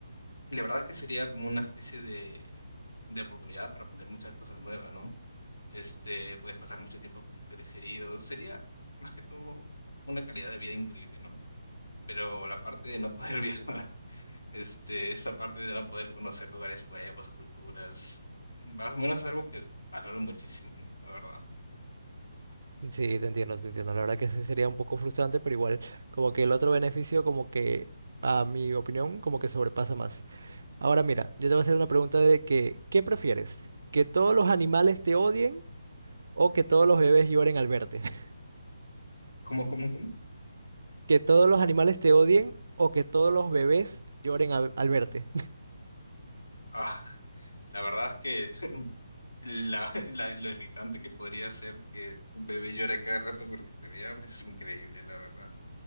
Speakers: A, on the left; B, on the right.
A: Y la verdad es que sería como una especie de, de oportunidad para aprender muchas cosas nuevas, ¿no? Este, puedes pasar mucho tiempo con tus seres queridos. Sería más que todo una calidad de vida increíble, ¿no? Pero la parte de no poder <laughs> viajar, este, esa parte de no poder conocer lugares nuevos, culturas, más o menos es algo que valoro muchísimo, ¿no? La verdad.
B: Sí, te entiendo, te entiendo. La verdad que sí sería un poco frustrante, pero igual, como que el otro beneficio, como que a mi opinión, como que sobrepasa más. Ahora mira, yo te voy a hacer una pregunta de que, ¿qué prefieres? ¿Que todos los animales te odien o que todos los bebés lloren al verte? <laughs>
A: ¿Cómo, cómo, cómo?
B: ¿Que todos los animales te odien o que todos los bebés lloren al, al verte?
A: Ah, la verdad es que <laughs> la- la- lo irritante que podría ser que un bebé llore a cada rato porque te vea, pues es increíble, la verdad.